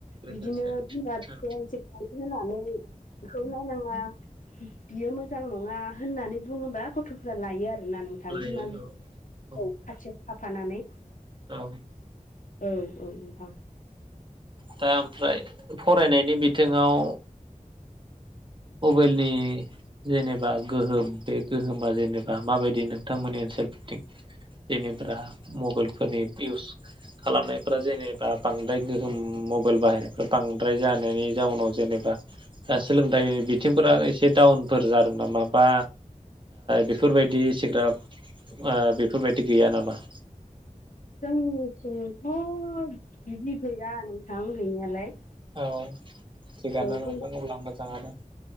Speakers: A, on the right; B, on the left.
A: लोगोसे
B: बिदिनो बिमा बिफाया
A: औ
B: मोनसे गाइड होनानै बेखौ नायनाङा। बियो मोजां नङा होननानै बुङोबा गथ'फ्रा लायो आरोना नों नोंथां
A: लायो
B: बिमा बिफाया
A: औ औ
B: खाथियाव थाफानानै
A: औ।
B: औ औ नोंथां।
A: दा ओमफ्राय फरायनायनि बिथिङाव मबाइलनि जेनेबा गोहोम बे गोहोमा जेनेबा माबायदि नोंथांमोननि ओनसोलफोरथिं जेनेबा मबाइलफोरनि इउस खालामनायफ्रा जेनेबा बांद्राय गोहोम मबाइल बाहायनायफ बांद्राय जानायनि जाउनाव जेनेबा दा सोलोंथाय। बिथिंफोरा एसे डाउनफोर जादों नामा बा बेफोरबायदि सिग्राब बेफोरबायदि गैया नामा?
B: जोंनिथिंथ' बिदि गैया नोंथां गैनायालाय।
A: औ थिगानो
B: औ जों
A: नोंथां अब्ला मोजाङानो।